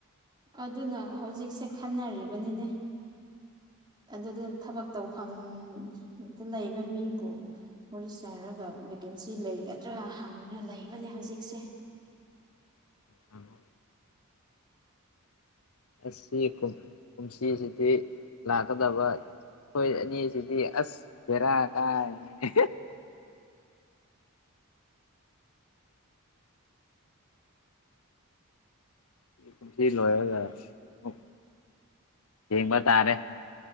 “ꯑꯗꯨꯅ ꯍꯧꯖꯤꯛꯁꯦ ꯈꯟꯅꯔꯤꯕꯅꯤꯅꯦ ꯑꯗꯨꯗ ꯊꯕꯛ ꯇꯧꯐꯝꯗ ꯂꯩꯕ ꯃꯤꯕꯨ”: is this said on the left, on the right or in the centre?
Right